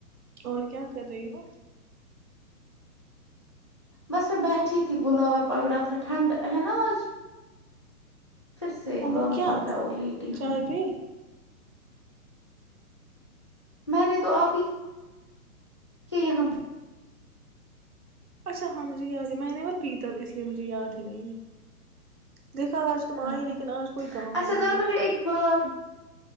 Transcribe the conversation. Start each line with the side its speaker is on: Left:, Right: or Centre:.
Right: اور کیا کر رہی ہو
Left: بس میں بیٹھی تھی بلاور پگڑا تھا ٹھنڈ ہے نا آج پھر سے بلاور
Right: اور کیا
Left: پگڑا اور لیٹی
Right: چائے
Left: ہوں
Right: پی
Left: میں نے تو آپ ہی کہ یہاں
Right: اچھا ہاں مجھے یاد ہی میں نے بت پیتا اس لیے مجھے یاد ہی نہیں ہے دیکھا آج تم
Left: ہاں
Right: آئے لیکن آج کوئی کام نہیں
Left: اچھا ذرا
Right: نکلا
Left: مجھے ایک بات